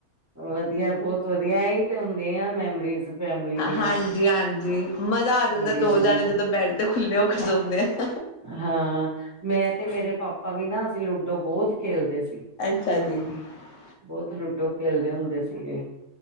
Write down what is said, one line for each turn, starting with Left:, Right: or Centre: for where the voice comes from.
Right: ਵਧੀਆ ਬੋਤ ਵਧੀਆ ਐਈ ਤੇ ਹੁੰਦੀਆ ਮੈਮਰੀਜ਼। ਫੈਮਲੀ ਦੀਆਂ
Left: ਹਾਂਜੀ-ਹਾਂਜੀ ਮਜ਼ਾ ਆ ਜਾਂਦਾ
Right: ਵਧੀਆ-ਵਧੀਆ
Left: ਦੋ ਜਾਣੇ ਜਦੋਂ ਬੈਡ ਤੇ ਖੁੱਲੇ ਹੋ ਕੇ ਸੌਂਦੇ ਐ।
Right: ਹਾਂ ਮੈਂ ਤੇ ਮੇਰੇ ਪਾਪਾ ਵੀ ਨਾ ਅਸੀਂ ਲੂਡੋ ਬੋਤ ਖੇਲਦੇ ਸੀ।
Left: <unintelligible>
Right: ਬਹੁੱਤ ਲੂਡੋ ਖੇਲਦੇ ਹੁੰਦੇ ਸੀਗੇ